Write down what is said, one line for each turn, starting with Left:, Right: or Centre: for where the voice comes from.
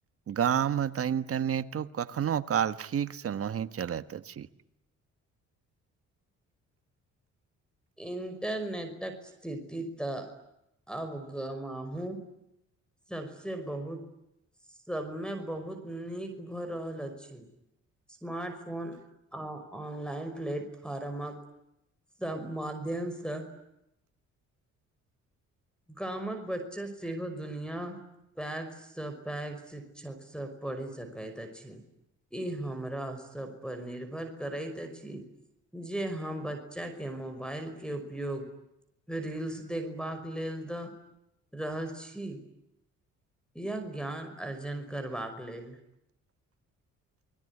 Right: गाममे तऽ इंटरनेटो कखनो काल ठीकसँ नहिही चलैत अछि।
Centre: इन्टरनेटक स्थिति तऽ अब गमाहूँ सबसे बहुत, सबमे बहुत नीक भऽ रहल अछि। स्मार्ट फोन आ ऑनलाइन प्लेटफॉर््म सभ माध्यमसँ गामक बच्चा सेहो दुनिया पैक स पैक शिक्षक सब पढ़ि सकैत अछि। ई हमरा सभपर निर्भर करैत अछि। जे हम बच्चा के मोबाइल के उपयोग रील्स देखबाक लेल दऽ रहल छी या ज्ञान अर्जन करबाक लेल।